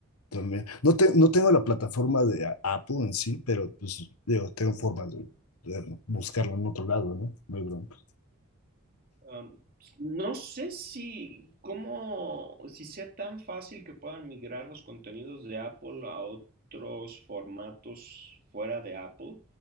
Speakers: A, on the left; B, on the right.
A: también. No, te- no tengo la plataforma de A- Apple en sí, pero pues digo, tengo formas de, de buscarlo en otro lado, ¿no? No hay bronca.
B: Am, no sé si, cómo, si sea tan fácil que puedan migrar los contenidos de Apple a otros formatos fuera de Apple.